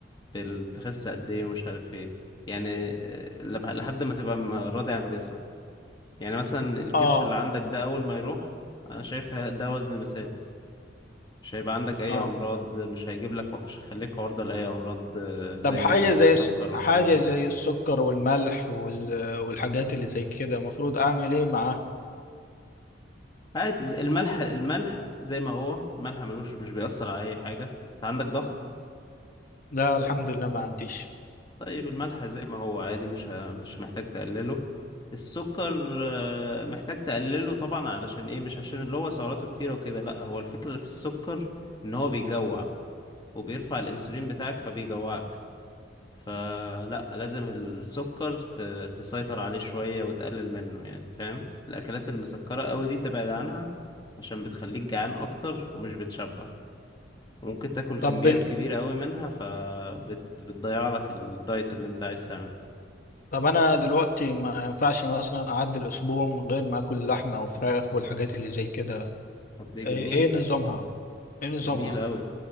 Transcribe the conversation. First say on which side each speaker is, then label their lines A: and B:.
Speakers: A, on the left; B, on the left.
A: بالتخس قد ايه ومش عارف ايه يعني آه، لب- لحد ما تبقى م- راضي عن جسمك يعني مثلا الكرش
B: اه
A: اللي عندك ده اول ما يروح انا شايف ده وزن مثالي مش هيبقى عندك اي
B: اه
A: امراض مش هيجيب لك مش هيخليك عرضة لاي امراض آه، زي
B: طب حاجة
A: السكر
B: زي الس-
A: والحاجات
B: حاجة
A: دي
B: زي السكر والملح وال... والحاجات اللي زي كده المفروض اعمل ايه معاها
A: عادي زي- الملح الملح زي ما هو الملح ملوش مش بيأثر على اي حاجة انت عندك ضغط
B: لا الحمد لله ما عنديش
A: طيب الملح زي ما هو عادي مش ه- مش محتاج تقلله السكر آه، محتاج تقلله طبعا علشان ايه مش عشان اللي هو سعراته كتيرة وكده لا هو الفكرة في السكر ان هو بيجوع وبيرفع الانسولين بتاعك فبيجوعك فلا لازم السكر ت- تسيطر عليه شوية وتقلل منه يعني فاهم الأكلات المسكرة قوي دي تبعد عنها عشان بتخليك جعان أكتر ومش بتشبع وممكن تاكل
B: طب
A: كميات كبيرة قوي منها فبتضيع لك الدايت اللي انت عايز تعمله
B: طب انا دلوقتي ما ينفعش مثلا اعدي الاسبوع من غير ما اكل لحمه وفراخ والحاجات اللي زي كده
A: طب دي
B: ايه
A: جميل
B: إيه نظامها ايه نظامها
A: جميل قوي